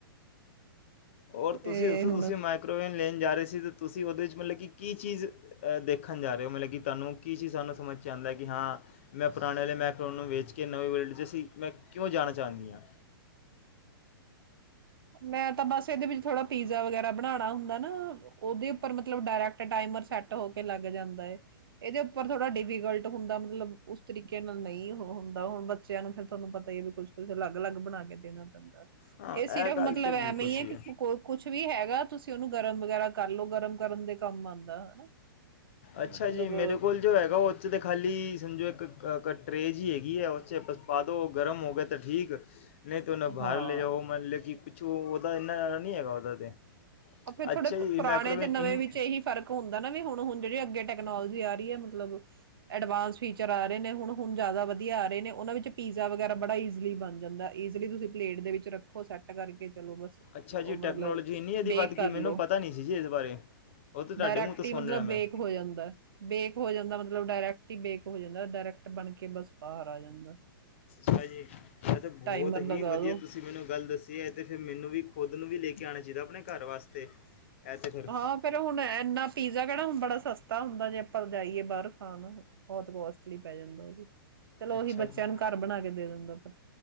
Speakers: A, on the left (about 35°); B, on the right (about 75°).
A: ਹੋਰ ਤੁਸੀਂ
B: ਇਹ
A: ਦੱਸੋ ਤੁਸੀਂ
B: ਹੁਣ
A: ਮਾਈਕਰੋਵੇਵ <unintelligible> ਤੁਸੀਂ ਉਹਦੇ ਜੀਵਨ ਲੱਗੇ ਕੀ ਚੀਜ਼ ਦੇਖਣ ਚਾਹ ਰਹੇ ਮਤਲਬ ਕਿ ਤੁਹਾਨੂੰ ਕੀ ਚੀਜ਼ ਸਾਨੂੰ ਸਮਝ ਆਦਾ ਕਿ ਹਾਂ ਮੈਂ ਪੁਰਾਣੇ ਵਾਲੇ ਨੂੰ ਵੇਚ ਕੇ ਨਵੇਂ ਵਰਡ ਸੀ ਮੈਂ ਕਿਉਂ ਜਾਣਾ ਚਾਹੁੰਨੀ ਆਂੜ
B: ਮੈਂ ਤਾਂ ਬਸ ਇਹਦੇ ਵਿੱਚ ਥੋੜਾ ਪੀਜ਼ਾ ਵਗੈਰਾ ਬਣਾਣਾ ਹੁੰਦਾ ਨਾ, ਉਹਦੇ ਉੱਪਰ ਮਤਲਬ ਡਾਇਰੈਕ ਟਾਈਮਰ ਸੈੱਟ ਹੋ ਕੇ ਲੱਗ। ਜਾਂਦਾ ਹੈ, ਇਹਦੇ ਉੱਪਰ ਥੋੜ੍ਹਾ ਡੀਫੀਕਲਟ ਹੁੰਦਾ ਮਤਲਬ ਉਸ ਤਰੀਕੇ ਨਾਲ ਨਹੀਂ ਹੁੰਦਾ, ਹੁਣ ਬੱਚਿਆਂ ਨੂੰ ਫਿਰ ਤੁਹਾਨੂੰ ਪਤਾ ਵੀ ਕੁੱਛ ਕੁ ਅਲੱਗ ਅਲੱਗ ਬਣਾ ਕੇ ਦੇਣਾ ਪੈਂਦਾ
A: ਹਾਂ
B: ਇਸ
A: ਇਹ ਗੱਲ
B: ਮਤਲਬ
A: ਤੇ ਬਿਲਕੁਲ
B: ਐਵੇ ਹੀ
A: ਸਹੀ
B: ਹੈ ਕਿ ਕੋਈ ਕੁਛ ਵੀ ਹੈਗਾ, ਤੁਸੀਂ ਉਹਨੂੰ ਗਰਮ ਵਗੈਰਾ ਕਰ ਲੋ ਗਰਮ ਕਰਨ ਦੇ ਕੰਮ ਆਉਂਦਾ ਹਨਾ।
A: ਅੱਛਾ
B: ਮਤਲਬ
A: ਜੀ ਮੇਰੇ ਕੋਲ ਜੋ ਹੈਗਾ, ਉਹ ਔਚ ਤੇ ਖਾਲੀ ਸਮਝੋ ਇੱਕ ਕੱਟ ਕਰੇਜ਼ ਹੀ ਹੈਗੀ ਹੈ, ਉਹ ਪਾ ਦਿਉ ਗਰਮ ਹੋ ਗਿਆ ਏ ਤਾਂ ਠੀਕ, ਨਹੀਂ ਤੇ ਉਹਨਾਂ ਬਾਹਰ
B: ਹਾਂ
A: ਲੈ ਜਾਓ ਉਹ ਮਨ ਲੇ ਜੀ, ਪਿੱਛੋਂ ਉਹਦਾ ਇੰਨਾ ਜਿਆਦਾ ਨੀ ਹੈਗਾ ਉਹਦਾ ਤੇ,
B: ਫਿਰ
A: ਅੱਛਾ
B: ਥੋੜੇ
A: ਜੀ
B: ਪੁਰਾਣੇ
A: ਮਾਈਕ੍ਰੋਵੇਵ
B: ਤੇ ਨਵੇਂ
A: ਇਨ
B: ਵਿੱਚ ਇਹੀ ਫ਼ਰਕ ਹੁੰਦਾ ਨਾ ਵੀ ਹੁਣ ਹੁਣ ਜਿਹੜੀ ਅੱਗੇ ਟੈਕਨੋਲੋਜੀ ਆ ਰਹੀ ਹੈ, ਮਤਲਬ ਅਡਵਾਂਸ ਫੀਚਰ ਆ ਰਹੇ ਨੇ ਹੁਣ ਹੁਣ ਜਿਆਦਾ ਵਧੀਆ ਆ ਰਹੇ ਨੇ ਉਹਨਾਂ ਵਿੱਚ ਪੀਜ਼ਾ ਵਗੈਰਾ ਬੜਾ ਈਜਲੀ ਬਣ ਜਾਂਦਾ ਈਜ਼ਲੀ ਤੁਸੀਂ ਪਲੇਟ ਦੇ ਵਿੱਚ ਰੱਖੋ ਸੈੱਟ ਕਰ ਉਹ
A: ਅੱਛਾ ਜੀ ਟੈਕਨੋਲੋਜੀ
B: ਮਤਲਬ
A: ਇੰਨੀ ਇਹਦੀ
B: ਬੇਕ
A: ਵੱਧ ਗਈ
B: ਕਰਲੋ
A: ਮੈਨੂੰ ਪਤਾ ਨਹੀਂ ਸੀ ਜੀ ਇਸ ਬਾਰੇ ਉਹ ਤਾਂ ਤੁਹਾਡੇ
B: ਡਾਇਰੈਕਟ
A: ਮੂੰਹ ਤੋਂ ਸੁਣ
B: ਮਤਲਬ
A: ਰਿਹਾ ਮੈਂ
B: ਬੇਕ ਹੋ ਜਾਂਦਾ ਬੇਕ ਹੋ ਜਾਂਦਾ ਮਤਲਬ ਡਾਇਰੈਕਟ ਹੀ ਬੇਕ ਹੋ ਜਾਂਦਾ ਡਾਇਰੈਕਟ ਬਣ ਕੇ ਬਸ ਬਾਹਰ ਆ ਜਾਂਦਾ।
A: ਅੱਛਾ ਜੀ ਏਹ ਤੇ ਬਹੁਤ
B: ਟਾਈਮਰ
A: ਹੀ
B: ਲਗਾ
A: ਵਧੀਆ
B: ਦੋ
A: ਤੁਸੀਂ ਮੈਨੂੰ ਗੱਲ ਦੱਸੀ ਹੈ ਤੇ ਫਿਰ ਮੈਨੂੰ ਵੀ ਖੁਦ ਨੂੰ ਵੀ ਲੈ ਕੇ ਆਉਣਾ ਚਾਹੀਦਾ ਆਪਣੇ ਘਰ ਵਾਸਤੇ ਐ ਤੇ ਫਿਰ
B: ਹਾਂ ਫ ਹੁਣ ਇਨਾ ਪੀਜ਼ਾ ਕਿਹੜਾ ਹੁਣ ਬੜਾ ਸਸਤਾ ਹੁੰਦਾ ਜੇ ਆਪਾਂ ਜਾਈਏ ਬਾਹਰ ਖਾਣ ਬਹੁਤ ਕੋਸਟਲੀ ਪੈ ਜਾਂਦਾ ਉਹ। ਚਲੋ
A: ਅੱਛਾ
B: ਉਹੀ ਬੱਚਿਆਂ
A: ਜੀ
B: ਨੂੰ ਘਰ ਬਣਾ ਕੇ ਦੇ ਦਿੰਦਾ ਪਰ,